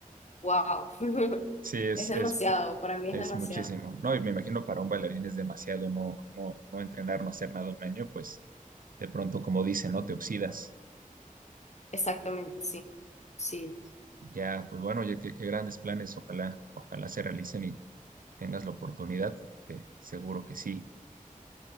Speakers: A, on the left (about 55°); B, on the right (about 75°).
A: wow, <laughs>
B: Sí, es,
A: es demasiado,
B: es,
A: para mí
B: es
A: es demasiado.
B: muchísimo, ¿no? Y me imagino para un bailarín es demasiado no, no, no entrenar, no hacer nada un año, pues de pronto, como dicen, ¿no? Te oxidas.
A: Exactamente, sí, sí.
B: Ya, pues bueno, oye, qué, qué grandes planes. Ojalá, ojalá se realicen y tengas la oportunidad, que seguro que sí.